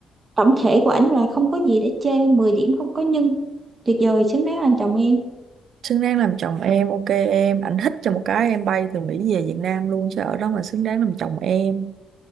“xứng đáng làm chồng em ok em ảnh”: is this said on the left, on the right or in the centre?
Right